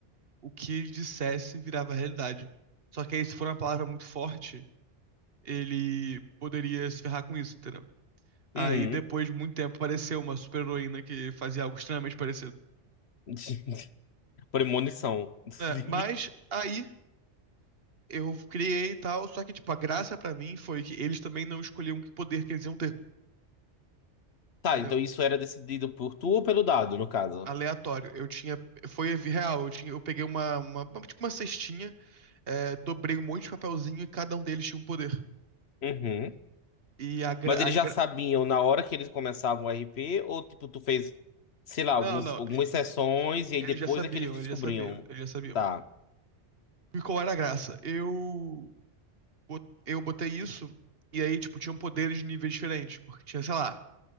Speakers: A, on the right; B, on the left.
A: o que ele dissesse virava realidade. Só que aí, se for uma palavra muito forte, ele poderia se ferrar com isso, entendeu? Aí,
B: Uhum.
A: depois de muito tempo, apareceu uma super-heroína que fazia algo extremamente parecido.
B: <laughs> Premonição. <laughs>
A: né? mas aí eu criei e tal, só que, tipo, a graça pra mim foi que eles também não escolhiam que poder que eles iam ter.
B: Tá,
A: entendeu?
B: então isso era decidido por tu ou pelo dado, no caso?
A: Aleatório. Eu tinha. Foi real. Eu tinha, eu peguei uma, uma, uma- tipo uma cestinha, é, dobrei um monte de papelzinho e cada um deles tinha um poder.
B: Uhum.
A: E a, gra,
B: Mas eles
A: a gra-
B: já sabiam na hora que eles começavam o RP, ou tipo, tu fez, sei lá, alguns,
A: Não, não.
B: algumas sessões e aí
A: Eles
B: depois
A: já sabiam,
B: é que eles descobriam.
A: eles já sabiam, eles já sabiam.
B: Tá.
A: E qual era a graça? Eu, bot- eu botei isso, e aí, tipo, tinham poderes de níveis diferentes. Porque tinha, sei lá,